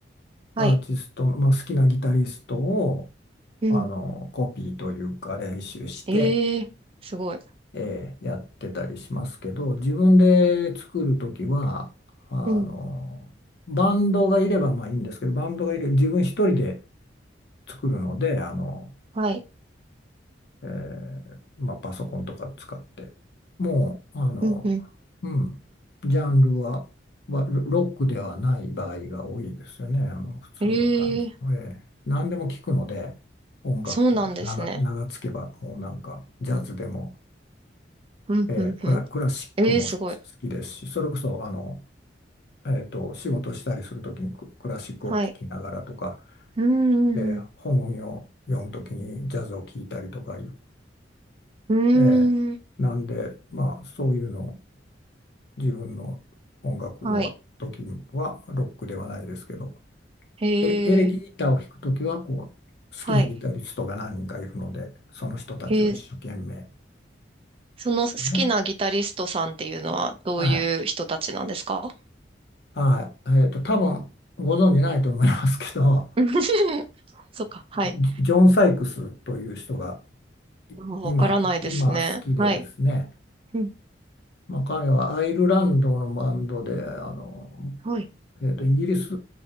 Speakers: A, on the right; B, on the left.
A: はい。
B: アーティストの、まあ、好きなギタリストを
A: うん。
B: あのコピーというか練習して、
A: ええすごい。
B: えーやってたりしますけど、自分で作るときは、あの、
A: うん。
B: バンドがいればまあいいんですけど、バンドがいる、自分一人で作るので、あの、
A: はい。
B: えーまあ、パソコンとか使って、もう、あの、
A: うん、うん。
B: うん、ジャンルは、わロロックではない場合が多いですよね、あの、普通の感じの。
A: ええ
B: ええ何でも聞くので、音楽と名が、
A: そうなんですね。
B: 名がつけば、もうなんか、ジャズでも、
A: うん、
B: ええクラ、
A: うん、うん。
B: クラシックも好きですし、
A: ええすごい。
B: それこそ、あの、えっと、仕事したりするときにク、クラシックを聴きながらとか、
A: はい。うー
B: で本を読むときにジャズを聴いたりとかいう
A: ん。うーん。
B: ええ、なんで、まあ、そういうのを自分の音楽は、
A: はい。
B: 時はロックではないですけど、
A: ええ
B: エレ、エレキギターを弾くときはこう、好きなギタリストが何人かいるので、
A: はい。
B: その人たちを一生懸命、
A: ええその好きなギタリストさんっていうのはどういう人たちなんですか
B: ね。はい。はい。えっと、多分ご存じないと思いますけど、
A: <laughs> そうか、はい。
B: ジジョン・サイクスという人が
A: もうわからないですね。
B: 今、今好きでですね、
A: はい。うん、
B: まあ、彼はアイルランドのバンドで、あの、
A: はい。
B: えーと、イギリス、